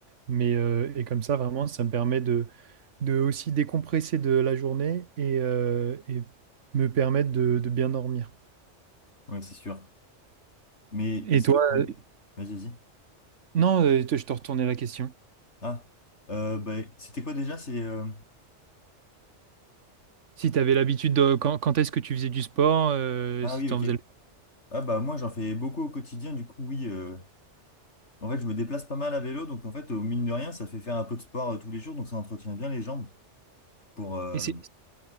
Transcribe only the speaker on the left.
Ouais, c'est sûr. Mais
est-ce
que tu.
Vas-y, vas-y.
Ah, euh, bah, c'était quoi déjà? C'est. euh,
Ah
oui,
ok.
Ah bah moi j'en fais beaucoup au quotidien, du coup oui, euh, En fait, je me déplace pas mal à vélo, donc en fait, au mine de rien, ça fait faire un peu de sport euh, tous les jours, donc ça entretient bien les jambes pour. euh,